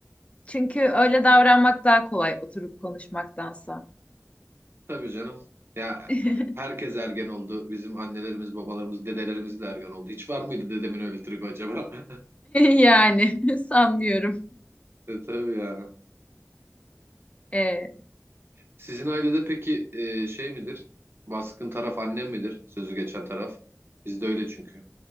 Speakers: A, on the left; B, on the right.
A: Çünkü öyle davranmak daha kolay oturup konuşmaktansa.
B: Tabii canım. Ya
A: <laughs>
B: herkes ergen oldu. Bizim annelerimiz, babalarımız, dedelerimiz de ergen oldu. Hiç var mıydı dedemin öyle tribi acaba? <laughs>
A: Yani <laughs> sanmıyorum.
B: E, tabii ya.
A: Ee,
B: Sizin ailede peki e, şey midir? Baskın taraf annem midir? Sözü geçen taraf. Bizde öyle çünkü.